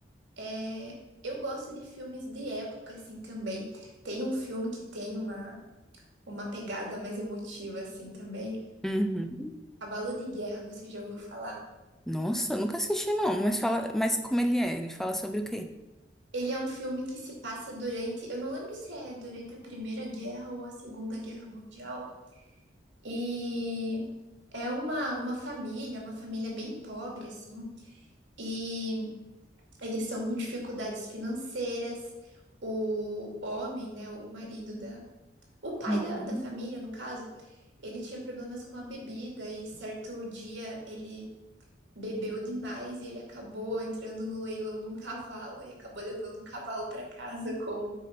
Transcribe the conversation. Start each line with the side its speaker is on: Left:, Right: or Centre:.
Right: É, eu gosto de filmes de época, assim, também. Tem um filme que tem uma, uma pegada mais emotiva, assim, também.
Centre: Uhum.
Right: Cavalo de Guerra, você já ouviu falar?
Centre: Nossa, eu nunca assisti não, mas fala, mas como ele é? Ele fala sobre o quê?
Right: Ele é um filme que se passa durante. Eu não lembro se é durante a Primeira Guerra ou a Segunda Guerra Mundial. E é uma, uma família, uma família bem pobre, assim, e eles estão com dificuldades financeiras. O homem, né, o marido da. O pai
Centre: Uhum.
Right: da, da família, no caso, ele tinha problemas com a bebida e certo dia ele bebeu demais e ele acabou entrando no leilão de um cavalo e acabou levando um cavalo para casa com